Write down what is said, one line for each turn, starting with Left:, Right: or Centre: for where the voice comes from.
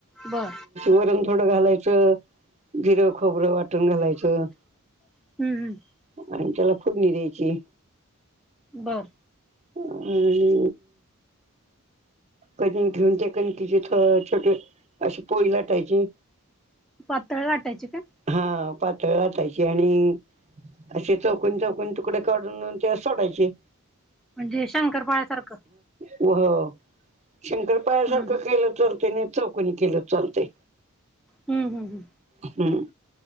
Centre: बर
Right: वरण थोडं घालायचं. खोबरं वाटून घालायचं.
Centre: हम्म हम्म
Right: आणि त्याला फोडणी द्यायची.
Centre: बर.
Right: आणि कण घेऊन त्या कणकीचे छोटे अशी पोळी लाटायची
Centre: पातळ लाटायचि का?
Right: हा पातळ लाटायची आणि असे चौकून चौकून तुकडे काढून ते सोडायचे.
Centre: म्हणजे शंकरपाळ्यासारखं.
Right: व शंकर पाळ्यासारखं
Centre: हम्म
Right: केलं चालत अन चौकनी केलं चालते.
Centre: हम्म.
Right: हम्म.